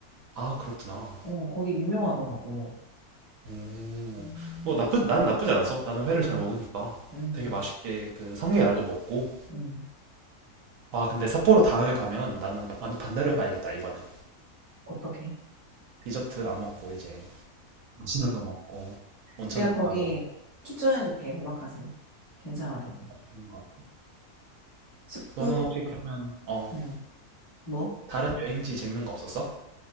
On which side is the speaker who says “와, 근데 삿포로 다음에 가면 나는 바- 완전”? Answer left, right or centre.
Right